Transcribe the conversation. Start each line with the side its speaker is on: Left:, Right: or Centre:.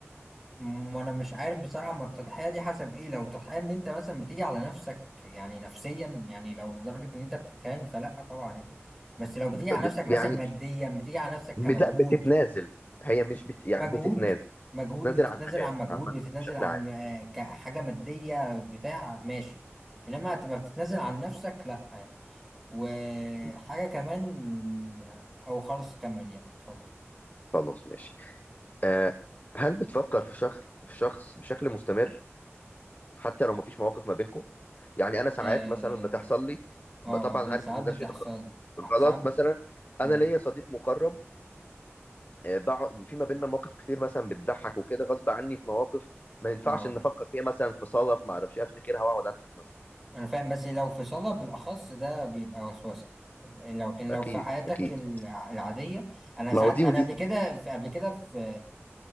Centre: م- وانا مش عارف بصراحة ما التضحية دي حسب ايه لو تضحية ان انت مثلا بتيجي على نفسك يعني نفسيا يعني لو لدرجة ان انت بتتهان فلا طبعا يعني بس لو بتيجي
Left: ب...
Centre: على نفسك مثلا
Left: يعني
Centre: ماديا بتيجي على نفسك
Left: م.
Centre: كمجهود
Left: لا بتتنازل هي مش بت... يعني
Centre: مجهود
Left: بتتنازل
Centre: مجهود
Left: نازل
Centre: بتتنازل
Left: عن حاجات
Centre: عن مجهود
Left: عامة
Centre: بتتنازل
Left: بشكل
Centre: عن
Left: عام
Centre: آه، كحاجة مادية بتاع ماشي انما هتبقى بتتنازل عن نفسك لا يعني. وحاجة
Left: م.
Centre: كمان آه، أو خلاص كمل يعني اتفضل
Left: خلاص ماشي آه هل بتفكر في شخص في شخص بشكل مستمر حتى لو مفيش مواقف ما بينكم يعني انا ساعات
Centre: آه
Left: مثلا بتحصل لي
Centre: آه
Left: ب- طبعا
Centre: ب-
Left: عارف
Centre: ساعات
Left: ان
Centre: بتحصل
Left: ده شيء غ-
Centre: ساعات
Left: غلط مثلا
Centre: مم،
Left: انا ليا صديق مقرب آه، بقعد في ما بيننا مواقف كتير مثلا بتضحك وكده غصب عني في مواقف ما ينفعش
Centre: آه
Left: ان افكر فيها مثلا في صدف ما اعرفش إيه، افتكرها واقعد اضحك مثلا
Centre: أنا فاهم بس لو في صلاة بالأخص ده بيبقى وسوسة لو كان
Left: اكيد
Centre: لو في حياتك
Left: اكيد
Centre: الع- العادية أنا
Left: ما
Centre: ساعات
Left: هو دي
Centre: أنا
Left: ودي
Centre: قبل كده في قبل كده في